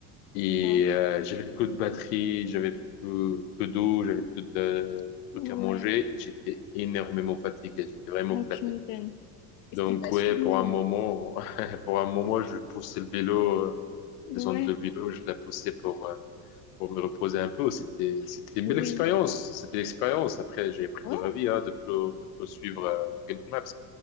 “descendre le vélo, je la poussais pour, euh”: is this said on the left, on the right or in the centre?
Left